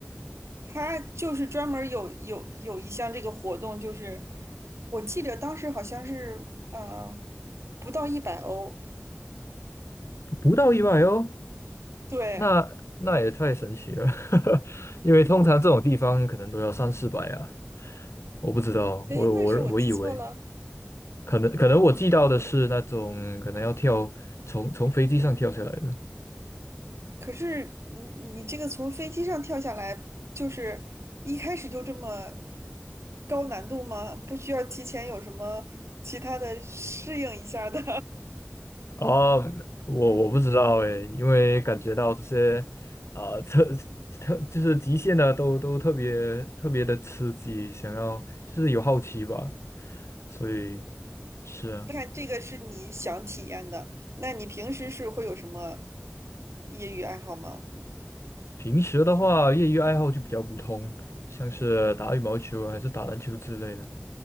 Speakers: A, on the right; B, on the left.
A: 他就是专门有有有一项这个活动，就是我记得当时好像是呃不到一百欧，
B: 不到一百哦，
A: 对，
B: 那那也太神奇了，<laughs> 因为通常这种地方可能都要三四百啊。我不知道，
A: 诶，
B: 我我我以为
A: 那是我记错了。
B: 可能可能我记到的是那种可能要跳从从飞机上跳下来的
A: 可是你你这个从飞机上跳下来，就是一开始就这么高难度吗？不需要提前有什么其他的适应一下儿的？
B: 啊，我我不知道诶，因为感觉到这些啊、特特就是极限的都都特别特别的刺激，想要就是有好奇吧，所以是啊，
A: <laughs> 你看这个是你想体验的，那你平时是会有什么业余爱好吗？
B: 平时的话业余爱好就比较普通，像是打羽毛球啊还是打篮球之类的。